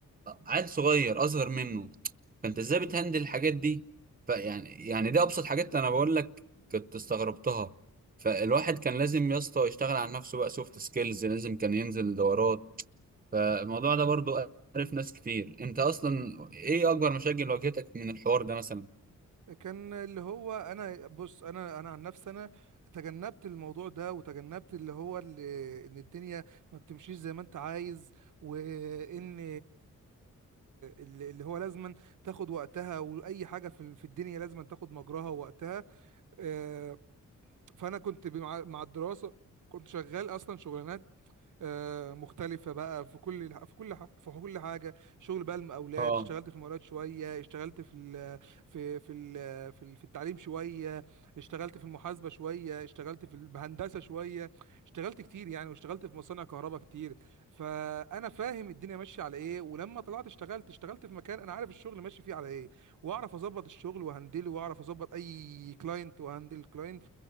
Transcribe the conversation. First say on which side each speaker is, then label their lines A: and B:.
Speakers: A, on the right (about 25°); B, on the right (about 65°).
A: عيل صغير اصغر منه فانت ازاي بتهندل الحاجات دي فيعني يعني يعني دي ابسط حاجات انا بقول لك كنت استغربتها فالواحد كان لازم يا اسطى يشتغل على نفسه بقى سوفت سكيلز لازم كان ينزل دورات فالموضوع ده برضو عرف ناس كتير انت اصلا ايه اكبر مشاكل واجهتك من الحوار ده مثلا
B: كان اللي هو انا بص انا انا عن نفسي انا تجنبت الموضوع ده وتجنبت اللي هو اللي ان الدنيا ما بتمشيش زي ما انت عايز وان اللي اللي هو لازما تاخد وقتها واي حاجه في في الدنيا لازما تاخد مجراها ووقتها آه، فانا كنت مع مع الدراسه كنت شغال اصلا شغلانات آه، مختلفة بقى في كل في كل ح- في كل حاجة شغل بقى المقاولات
A: اه
B: اشتغلت في المقاولات شوية اشتغلت في ال في في ال في ال- في التعليم شوية اشتغلت في المحاسبة شوية اشتغلت في الهندسة شوية اشتغلت كتير يعني واشتغلت في مصانع كهرباء كتير فأنا فاهم الدنيا ماشية على ايه ولما طلعت اشتغلت اشتغلت في مكان أنا عارف الشغل ماشي فيه على ايه واعرف اظبط الشغل وهندله واعرف اظبط اي كلاينت وهندل كلاينت